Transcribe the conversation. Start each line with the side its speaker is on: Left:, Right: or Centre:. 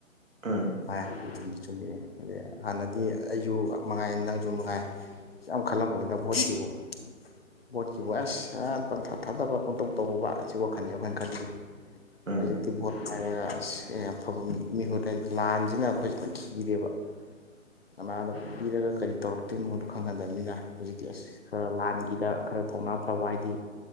Right: ꯎꯝ
Left: ꯐꯥꯏ ꯑꯗꯨꯗꯤ ꯆꯨꯝꯕꯤꯅꯤ ꯑꯗꯩ ꯍꯥꯟꯅꯗꯤ ꯑꯩꯁꯨ ꯃꯉꯥꯏ ꯅꯪꯁꯨ ꯃꯉꯥꯏ ꯌꯥꯝ ꯈꯜꯂꯝꯕꯣꯏꯗ ꯚꯣꯠꯀꯤꯕꯨ ꯕꯣꯠꯀꯤꯕꯨ ꯑꯁ ꯄꯪꯊ ꯊꯥꯗꯕ ꯄꯣꯟꯇꯧ ꯇꯧꯔꯨꯕ ꯑꯁꯤ ꯋꯥꯈꯜꯅꯦ ꯑꯩꯈꯣꯏꯅ ꯈꯜꯂꯤꯁꯦ
Right: ꯎꯝ
Left: ꯍꯧꯖꯤꯛꯇꯤ ꯚꯣꯠ ꯄꯥꯏꯔꯒ ꯑꯐꯕ ꯃꯤꯍꯨꯠ ꯍꯥꯏꯗꯤ ꯂꯥꯟꯁꯤꯅ ꯑꯩꯈꯣꯏꯁꯤꯅ ꯈꯤꯔꯦꯕ
Right: <inaudible>
Left: ꯀꯅꯥꯗꯣ ꯄꯤꯔꯒ ꯀꯔꯤ ꯇꯧꯔꯛꯇꯣꯏꯅꯣꯗ ꯈꯪꯅꯗꯕꯅꯤꯅ ꯍꯧꯖꯤꯛꯇꯤ ꯑꯁ ꯈꯔ ꯂꯥꯟꯒꯤ ꯗ ꯈꯔ ꯊꯧꯅꯥ ꯐꯕ ꯍꯥꯏꯗꯤ